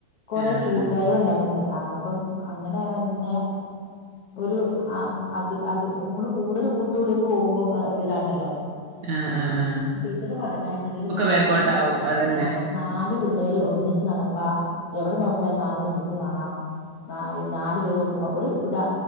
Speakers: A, on the left (about 65°); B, on the right (about 70°).
A: കൊറേ
B: ആഹ്
A: കൂട്ടുകാരികൾ ഉണ്ടായിരുന്നേ അന്നപ്പം അങ്ങനെ തന്നെ ഒരു ആ അത് അത് നിങ്ങള് കൂടുതല് കൂട്ടുകൂടലേക്ക് പോകുമ്പം ഒരിതാണ്ടല്ലോ
B: ആ ആ ആ
A: ടീച്ചറ് പറഞ്ഞായിരുന്നു ഇവര് നാ
B: ബേക്കോട്ടാവും അതന്നെ
A: ആ നാല് പിള്ളേര് ഒന്നിച്ച് നടപ്പാ എവിടെ നോക്കിയാലും നാൽക്ക് ഒന്നിച്ച് കാണാം നാല് പേര് ഒരു ഇതാ